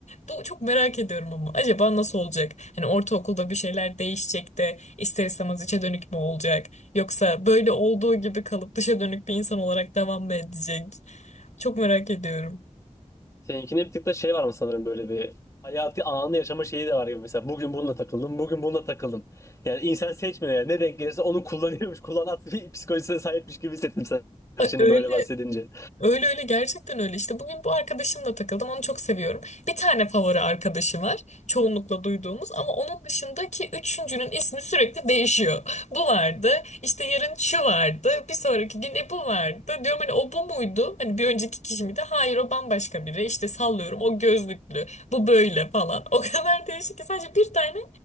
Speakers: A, on the left; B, on the left.
A: Bu çok merak ediyorum ama acaba nasıl olacak? Hani ortaokulda bir şeyler değişecek de ister istemez içe dönük mü olacak? Yoksa böyle olduğu gibi kalıp dışa dönük bir insan olarak devam mı edecek? Çok merak ediyorum.
B: Seninkinde bir tık da şey var mı sanırım böyle bir hayatı anı yaşama şeyi de var gibi mesela bugün bununla takıldım, bugün bununla takıldım. Yani insan seçmiyor yani ne denk gelirse onu kullanıyormuş, <laughs> kullanat bir psikolojisine sahipmiş gibi hissettim sen
A: Ö-
B: şimdi
A: Öyle
B: böyle bahsedince.
A: Öyle öyle gerçekten öyle. İşte bugün bu arkadaşımla takıldım. Onu çok seviyorum. Bir tane favori arkadaşı var. Çoğunlukla duyduğumuz ama onun dışındaki üçüncünün ismi sürekli değişiyor. <laughs> Bu vardı. İşte yarın şu vardı. Bir sonraki gün e bu vardı. Diyorum hani o bu muydu? Hani bir önceki kişi miydi? Hayır o bambaşka biri. İşte sallıyorum o gözlüklü. Bu böyle falan. <laughs> O kadar değişik ki sadece bir tane